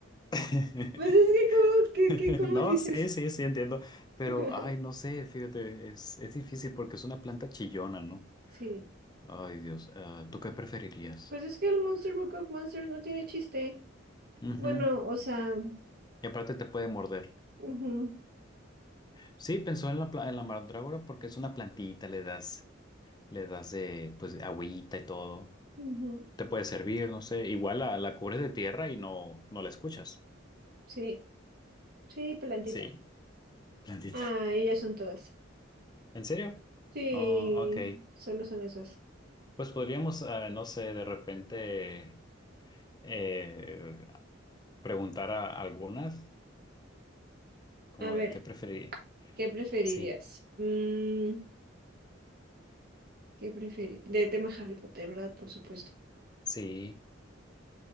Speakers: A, on the left; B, on the right.
A: <laughs>
B: Pues es que cómo, que,
A: No,
B: que cómo dices.
A: sí, sí, sí, entiendo, pero,
B: <laughs>
A: ay, no sé, fíjate, es, es difícil porque es una planta chillona, ¿no?
B: Sí.
A: Ay, Dios, ah, ¿tú qué preferirías?
B: Pues es que el Monster Book of Monsters no tiene chiste.
A: Ujú,
B: Bueno, o sea,
A: Y aparte te puede morder.
B: ujú,
A: Sí, pensó en la, pla- en la mandrágora porque es una plantita, le das, le das de, pues, agüita y todo.
B: ujú,
A: Te puede servir, no sé, igual la, la cubres de tierra y no, no la escuchas.
B: Sí, sí, plantita.
A: Sí, plantita.
B: Ah, ellas son todas.
A: ¿En serio?
B: Sí,
A: Oh, ok.
B: solo son esas.
A: Pues podríamos, ah, no sé, de repente eh, preguntar a algunas, como
B: A ver,
A: de qué preferir.
B: ¿qué preferirías?
A: Sí,
B: Mm, ¿qué preferir? De tema Harry Potter, ¿verdad? Por supuesto.
A: sí.